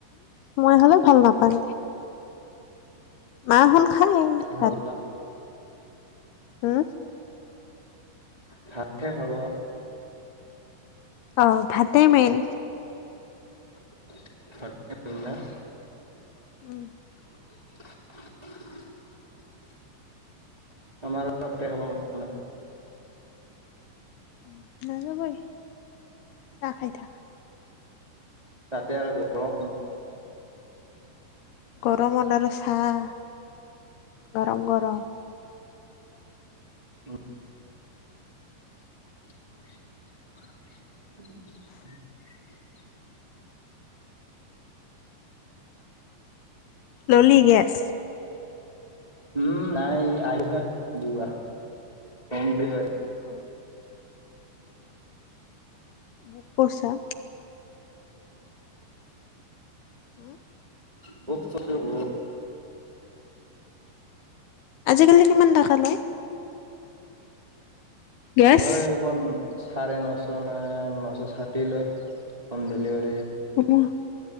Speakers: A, on the left; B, on the right.
A: মই হলেও ভাল নাপালে মাহ হল খাই
B: ভাল
A: ৰাতি হা
B: ভাতে ভাল
A: আহ ভাতে মেইন
B: <unintelligible>
A: উম
B: <unintelligible> আমাৰ হতে হ'ব ম নহয়
A: উম নাযাবই চাহ খাই থাকা
B: তাতে আৰু গৰম
A: গৰমত আৰু চাহ গৰম গৰম
B: অ উ
A: ললি গেছ
B: উম নাই আগুৱ যা হম ডেলিভাৰ
A: অ' বুক কৰিছা হা
B: বহত কছে গ
A: আজিকালি কিমান কা লয় গেছ
B: নৈ বন চাৰে নশ ন নশ ষাঠি লৈ হমদেলিভাৰী
A: অ